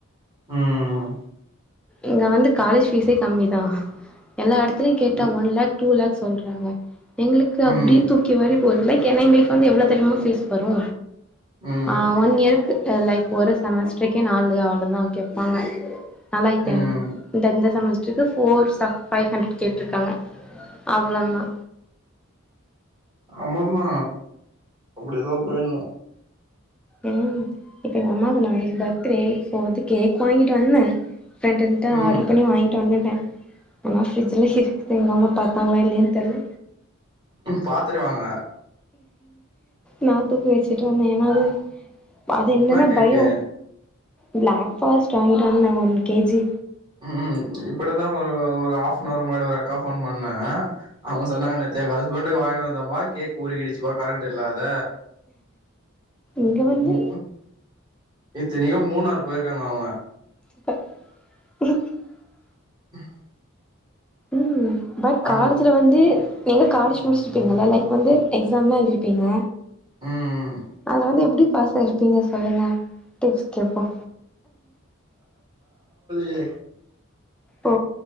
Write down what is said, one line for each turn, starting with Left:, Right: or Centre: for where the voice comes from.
Right: ம்
Centre: இங்க வந்து காலேஜ் பீஸே கம்மி தா எல்லா எடத்துலயு கேட்டா
Right: இந்த
Centre: ஒன் லக் டூ லக் சொல்றாங்க எங்குளுக்கு அப்டே
Right: ம்
Centre: தூக்கி வாரி போ <unintelligible> ஏனா எங்குளுக்கு வந்து எவ்ளோ தெரிமா ஃபீஸ் வரு
Right: ம்
Centre: ஆ ஒன் இயர் க்கு லைக் ஒரு செமஸ்ட்ருக்கே நாலு அவ்ளோ தா கேப்பாங்க நாலாயித்து
Right: ம்
Centre: ஐநூ இந்தந்த செமஸ்ட்ருக்கு ஃபோர் சம் ஃபைவ் ஹன்ட்ரட் கேட்ருக்காங்க அவ்ள தா
Right: ஆமாம்மா அப்டி தா பேயிட்ணு
Centre: ம் இப்ப எங்க அம்மாக்கு நாளைக்கு பர்த்டே சோ வந்து கேக் வாங்கிட்டு வந்தே ஃப்ரெண்டென்டா
Right: ம்
Centre: ஆட்ரு பண்ணி வாங்கி வந்துட்டே ஆனா ஃபிரிஜ்ல இருக்குது எங்க அம்மா பாத்தாங்ளா இல்லயான் தெர்ல
Right: பாத்துரு வாங்க
Centre: நா <unintelligible> வச்சுட்டு வந்தே ஏனா அது அது என்னன்னா
Right: என்னா கேக்கு
Centre: பயோ பிளாக் ஃபாரஸ்ட் வாங்கிட்டு வந்தே ஒன் கேஜி
Right: ம் இப்டிதா ஒரு ஒரு ஆஃப் னவர் முன்னாடி ஒரு அக்கா ஃபோன் பண்ணாங்க அவங்க சொன்னாங்க நேத் து ஏன் ஹஸ்பண்டுக்கு வாங்கிட்டு வந்தம்பா கேக் உருகிடிச்சுப்பா கரண்ட் இல்லாத
Centre: இங்க வந்து
Right: மு இத்தினிக்கு மூணாறு போயிருக்காங்க அவங்க
Centre: <inaudible>
Right: <inaudible>
Centre: ம் பட்
Right: அங்க
Centre: காலேஜ்ல வந்து நீங்க காலேஜ் முடிச்சிருப்பீங்கல்ல லைக் வந்து எக்ஸாம்லா எழுதிருப்பீங்க
Right: ம்
Centre: அதுல வந்து எப்டி பாஸ் ஆயிருப்பீங்க சொல்லுங்க டிப்ஸ் கேப்போ
Right: யே
Centre: ஓ